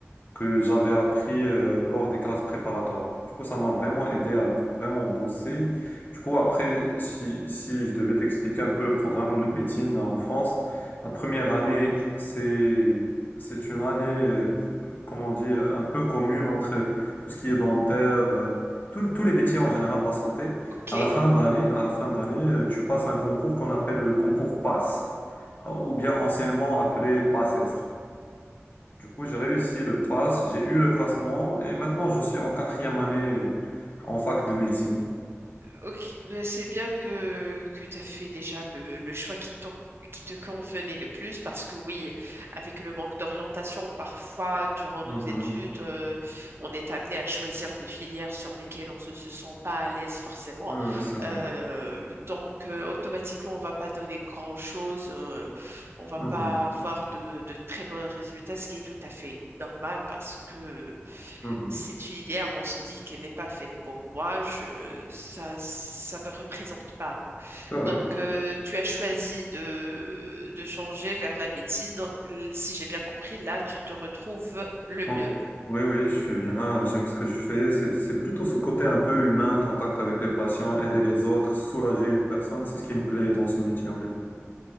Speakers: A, on the left; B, on the right.
A: que j'avais appris euh, lors des classes préparatoires. Du coup, ça m'a vraiment aidé à vraiment bosser. Du coup, après, si, si je devais t'expliquer un peu le programme de médecine en France, la première année, c'est, c'est une année, euh, comment dire, un peu commune entre tout ce qui est dentaire, euh, tous tous les métiers en général de la santé.
B: Ok,
A: À la fin d'année, à la fin d'année, euh, tu passes un concours qu'on appelle le concours PASS, ou bien anciennement appelé PASSES. Du coup, j'ai réussi le pass, j'ai eu le classement et maintenant je suis en quatrième année en fac de médecine.
B: ok, mais c'est bien que, que tu as fait déjà le, le choix qui te, qui te convenait le plus parce que oui, avec le manque d'orientation, parfois, durant
A: Mhm.
B: nos études, euh, on est amené à choisir des filières sur lesquelles on se, se sent pas à l'aise forcément.
A: Oui, oui, c'est vrai.
B: Euh, donc, euh, automatiquement, on va pas donner grand-chose, euh, on va
A: Mhm.
B: pas avoir de, de très bons résultats, ce qui est tout à fait normal parce que
A: Mhm.
B: cette filière, on se dit qu'elle n'est pas faite pour moi, je, ça, ça me représente pas, quoi.
A: C'est vrai.
B: Donc, euh, tu as choisi de, de changer vers la médecine. Donc, l- si j'ai bien compris, là, tu te retrouves le
A: Oh.
B: mieux.
A: Oui, oui, je suis bien, j'aime ce que je fais. C'est, c'est plutôt ce côté un peu humain, contact avec les patients, aider les autres, soulager une personne, c'est ce qui me plaît dans ce métier, honnêtement.